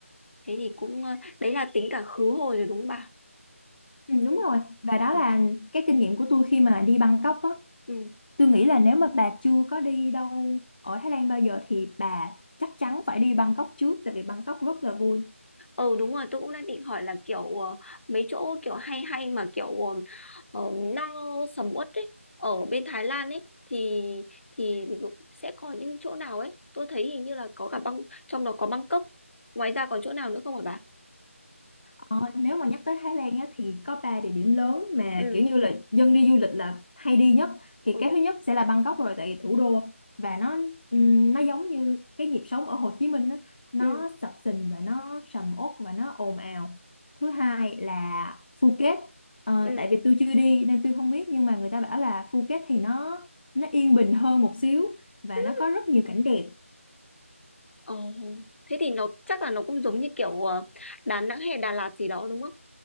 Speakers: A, on the left; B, on the left.
A: thế thì cũng ờ, đấy là tính cả khứ hồi rồi đúng không bà
B: ừ, đúng rồi và đó
A: ừ
B: là cái kinh nghiệm của tôi khi mà đi Bangkok á
A: ừ
B: tôi nghĩ là nếu mà bà chưa có đi đâu ở Thái Lan bao giờ thì bà chắc chắn phải đi Bangkok trước tại vì Bangkok rất là vui
A: Ừ, đúng rồi tôi cũng đang định hỏi là kiểu ờ, mấy chỗ kiểu hay hay mà kiểu ờ, ờ, no sầm uất ấy ở bên Thái Lan ấy thì thì, thì cũng sẽ có những chỗ nào ấy tôi thấy hình như là có cả băng trong đó có Bangkok ngoài ra còn chỗ nào nữa không hả bà
B: Ờ, nếu mà nhắc tới Thái Lan á, thì có 3 địa điểm lớn mà
A: ừ
B: kiểu như là dân đi du lịch là hay đi nhất thì
A: ừ
B: cái thứ nhất sẽ là Bangkok rồi tại vì thủ đô và nó ừm, nó giống như cái nhịp sống ở Hồ Chí Minh á, nó
A: ừ
B: sập sình và nó sầm uất và nó ồn ào thứ hai là Phuket Ờ,
A: ừ,
B: tại vì tôi chưa đi nên tôi không biết nhưng mà người ta bảo là Phuket thì nó nó yên bình hơn một xíu và
A: ừ.
B: nó có rất nhiều cảnh đẹp
A: Ồ, thế thì nó chắc là nó cũng giống như kiểu ờ, Đà Nẵng hay Đà Lạt gì đó đúng không?